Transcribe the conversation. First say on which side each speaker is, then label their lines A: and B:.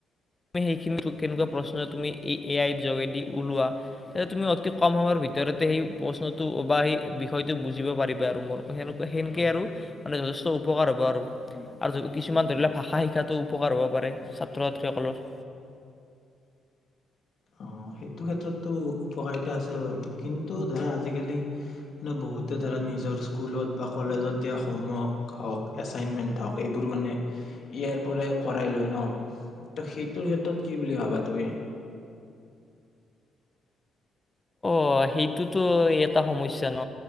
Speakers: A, on the left; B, on the left.
A: তুমি সেইখিনি কেনেকুৱা প্ৰশ্ন তুমি এই এ আইৰ যোগেদি ওলোৱা তুমি অতি কম সময়ৰ ভিতৰতে সেই প্ৰশ্নটো বা সেই বিষয়টো বুজিব পাৰিবা আৰু মোৰ সেনেকুৱা সেনেকৈ আৰু মানে যথেষ্ট উপকাৰ হ'ব আৰু কিছুমান ধৰি লও ভাষা শিকাটো উপকাৰ হ'ব পাৰে ছাত্ৰ ছাত্ৰীসকলৰ
B: অ সেইটো ক্ষেত্ৰততো উপকাৰিতা আছে বাৰু কিন্তু ধৰা আজিকালি মানে বহুতে ধৰা নিজৰ স্কুলত বা কলেজত দিয়া হোমৱৰ্ক হওঁক এচাইনমেণ্ট হওক এইবোৰ মানে এ ইয়াৰ পৰাই কৰাই লয় ন ত সেইটোৰ ক্ষেত্ৰত কি বুলি ভাবা তুমি
A: অ সেইটোতো এটা সমস্যা ন